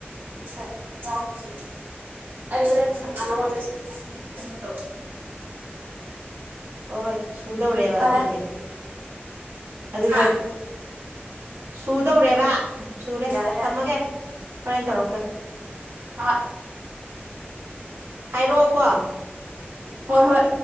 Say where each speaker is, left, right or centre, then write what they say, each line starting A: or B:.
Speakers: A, on the right; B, on the right.
A: ꯁꯤꯔ ꯌꯥꯎꯕꯕꯁꯤꯦ ꯑꯗꯨꯅꯃ ꯇ
B: ꯍꯣꯏ ꯍꯣꯏ ꯁꯨꯗꯧꯔꯦꯕ
A: ꯐꯔꯦ
B: ꯑꯗꯨꯕꯨꯗꯤ ꯑꯗꯨꯒꯤ
A: ꯍꯥ
B: ꯍꯦꯛ ꯁꯨꯗꯧꯔꯦꯕ ꯁꯨꯔꯦ
A: ꯌꯥꯔꯦ
B: ꯊꯝꯃꯒꯦ
A: ꯌꯥꯔꯦ
B: ꯍꯣꯔꯦꯟ ꯇꯧꯔꯛꯀꯣꯏ
A: ꯑ
B: ꯍꯥꯏꯔꯛꯑꯣꯀꯣ
A: ꯍꯣꯏ ꯍꯣꯏ